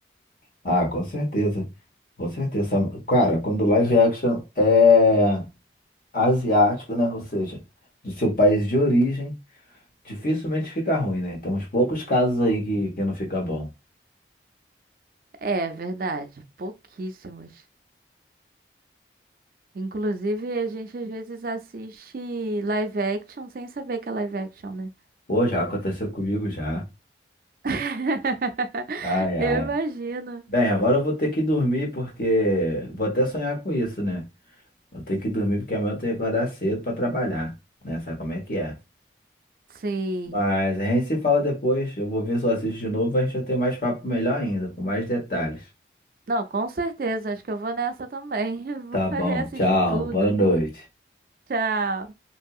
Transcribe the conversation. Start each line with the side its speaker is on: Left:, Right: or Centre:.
Left: Ah, com certeza. Com certeza. Cara, quando live action é asiático, né? Ou seja, do seu país de origem, dificilmente fica ruim, né? Temos poucos casos aí que, que não fica bom.
Right: É verdade, pouquíssimos. Inclusive, a gente às vezes assiste live action sem saber que é live action, né?
Left: Pô, já aconteceu comigo já.
Right: <laughs>
Left: Ai, ai.
Right: Eu imagino.
Left: Bem, agora eu vou ter que dormir porque vou até sonhar com isso, né? Vou ter que dormir porque amanhã eu tenho que acordar cedo pra trabalhar, né? Sabe como é que é?
Right: Sim.
Left: Mas a gente se fala depois. Eu vou ver se eu assisto de novo. A gente vai ter mais papo melhor ainda, com mais detalhes.
Right: Não, com certeza. Acho que eu vou nessa também. <laughs> Vou
Left: Tá bom,
Right: reassistir
Left: tchau,
Right: tudo.
Left: boa noite.
Right: Tchau.